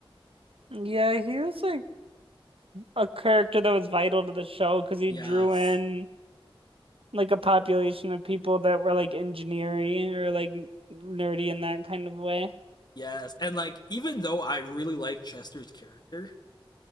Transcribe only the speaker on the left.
Yes,
yes, and like even though I really like Chester's character,